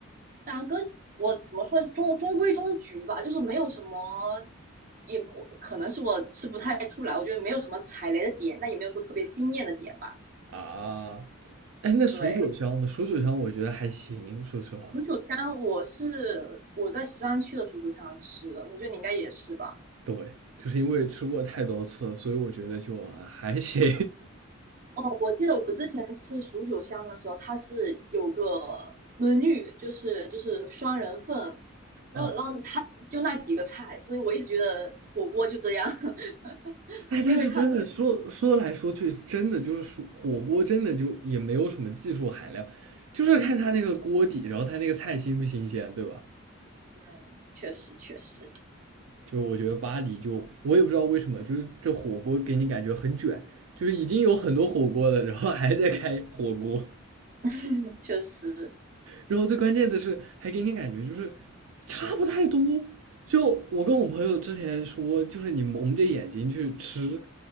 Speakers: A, on the right; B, on the right.
A: 长歌我怎么说中中规中矩吧，就是没有什么，也我可能是我吃不太出来，我觉得没有什么踩雷的点，但也没有说特别惊艳的点吧。
B: 啊。哎，那蜀九香呢？
A: 对，
B: 蜀九香我觉得还行，说实话。
A: 蜀九香我是我在石山区的蜀九香吃的，我觉得你应该也是吧。
B: 对，就是因为吃过太多次，所以我觉得就啊还行
A: 哦，我记得我之前吃蜀九香的时候，它是有个 m e 就是就是双人份，
B: <laughs>。
A: 然后然后它就那几个菜，
B: 啊，
A: 所以我一直觉得火锅就这样，<laughs>
B: 哎，但是真的说说来说去，
A: 因为它是
B: 真的就是说火锅，真的就也没有什么技术含量，就是看它那个锅底，
A: 嗯哼
B: 然后它那个菜新不新鲜，对吧？
A: 嗯，确实确实
B: 就是我觉得巴黎就我也不知道为什么，就是这火锅给你感觉很卷，就是已经有很多火锅了，然后还在开火锅。
A: <laughs> 确实，
B: 然后最关键的是，还给你感觉就是差不太多。就我跟我朋友之前说，就是你蒙着眼睛去吃，